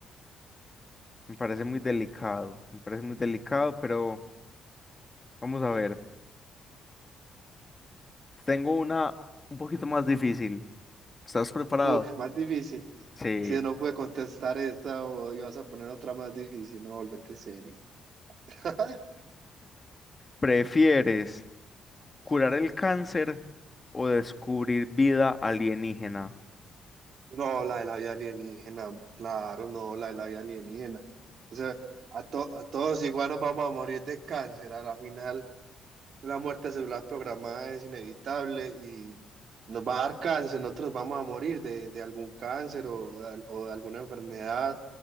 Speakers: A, on the left; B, on the right.
A: Me parece muy delicado, me parece muy delicado, pero vamos a ver. Tengo una un poquito más difícil. ¿Estás preparado?
B: Uf, más difícil.
A: Sí.
B: Si no pude contestar esta o ibas a poner otra más difícil, no, volvete serio. <laughs>
A: ¿Prefieres curar el cáncer o descubrir vida alienígena?
B: No, la de la vida alienígena, claro, no, la de la vida alienígena. O sea, a, to- a todos igual nos vamos a morir de cáncer. A la final, la muerte celular programada es inevitable y nos va a dar cáncer. Nosotros vamos a morir de, de algún cáncer o de, o de alguna enfermedad